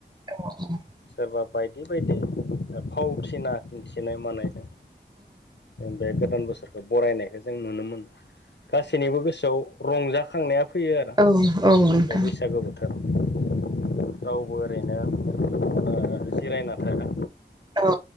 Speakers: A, on the right; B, on the left.
A: <inaudible>
B: सोरबा बायदि बायदि ओ फावथिना दिन्थिनाय मानायदों बे गोदान बोसोरखो बरायनायखो जों नुनो मोनो गासैनिबो गोसोआव रंजाखांनाया फैयो आरो
A: उम औ नोंथां
B: बे
A: औ
B: बैसागो बोथोर राव रावबो ओरैनो ओ जिरायना थाला
A: औ।